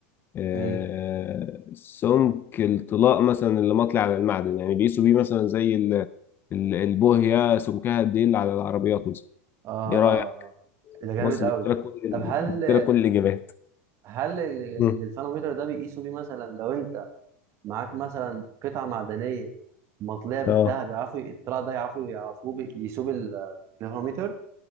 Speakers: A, on the left; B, on the right.
A: آه
B: مم.
A: سمك الطلاء مثلا اللي مطلع على المعدن يعني بيقيسوا بيه مثلا زي ال- ال- البوهيه سمكها قد ايه اللي على العربيات مثلا
B: اه
A: ايه رايك
B: اه اه ده جامد
A: بص
B: قوي
A: جبت لك كل ال-
B: طب هل
A: جبت لك كل الاجابات
B: هل ال- الجلفانومتر
A: مم.
B: ده بيقيسوا بيه مثلا لو انت معاك مثلا قطعه معدنيه مطليه بالذهب
A: اه
B: يعرفوا الطلع ده يعرفوا يعرفوه بي- يقيسوه بالجلفانومتر